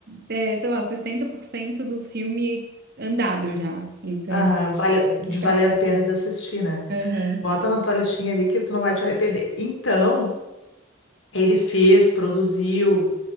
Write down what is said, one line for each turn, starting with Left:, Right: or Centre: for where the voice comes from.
Right: é, é, sei lá, 60% do filme andado já. Então,
Left: Aham, vale, de
Right: fica-
Left: valer a pena de assistir, né?
Right: Aham.
Left: Bota na tua listinha ali que tu não vai te arrepender. Então, ele fez, produziu,